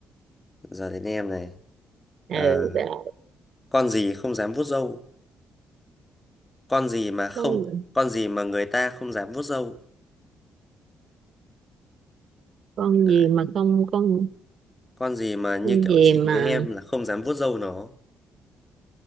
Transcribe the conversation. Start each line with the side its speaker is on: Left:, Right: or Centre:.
Left: giờ đến em này
Right: ừ,
Left: Ờ,
Right: rồi.
Left: con gì không dám vuốt râu con gì mà không
Right: con
Left: con gì mà người ta không dám vuốt râu
Right: con
Left: đấy
Right: gì mà con con
Left: con gì mà như
Right: con
Left: kiểu
Right: gì
Left: chị
Right: mà
Left: với em là không dám vuốt râu nó